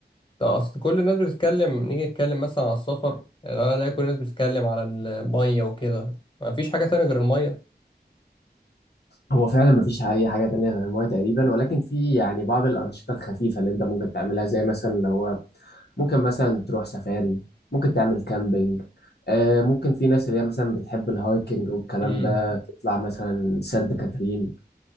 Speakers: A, on the left; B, on the left.
A: طب اصل كل الناس بتتكلم نيجي نتكلم مثلا على السفر لا لا كل الناس بتتكلم على الميه وكده ما فيش حاجه تانية غير الميه
B: هو فعلا مفيش اي حاجه تانية غير الميه تقريبا ولكن في يعني بعض الانشطه الخفيفه اللي انت ممكن تعملها زي مثلا لو هو ممكن مثلا تروح سفاري ممكن تعمل كامبينج آه ممكن في ناس اللي هي مثلا بتحب الهايكنج والكلام
A: امم
B: ده تطلع مثلا سانت كاترين